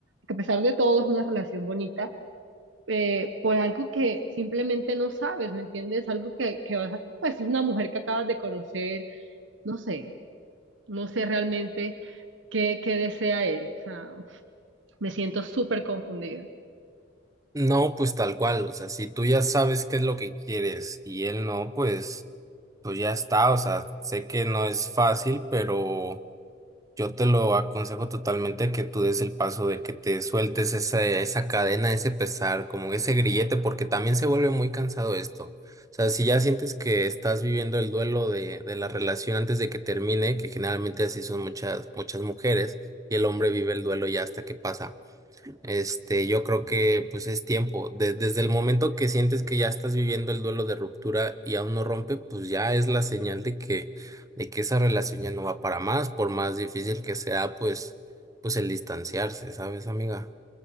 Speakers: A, on the right; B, on the right.
A: Que a pesar de todo es una relación bonita, eh, por algo que simplemente no sabes, ¿me entiendes? Algo que, que vas a, pues es una mujer que acabas de conocer, no sé, no sé realmente qué, qué desea él, o sea, me siento súper confundida.
B: No, pues tal cual, o sea, si tú ya sabes qué es lo que quieres y él no, pues, pues ya está, o sea, sé que no es fácil, pero... Yo te lo aconsejo totalmente que tú des el paso de que te sueltes esa, esa cadena, ese pesar, como ese grillete, porque también se vuelve muy cansado esto. O sea, si ya sientes que estás viviendo el duelo de, de la relación antes de que termine, que generalmente así son muchas, muchas mujeres, y el hombre vive el duelo ya hasta que pasa. Este, yo creo que pues es tiempo. De- desde el momento que sientes que ya estás viviendo el duelo de ruptura y aún no rompe, pues ya es la señal de que, de que esa relación ya no va para más, por más difícil que sea, pues, pues el distanciarse, ¿sabes, amiga?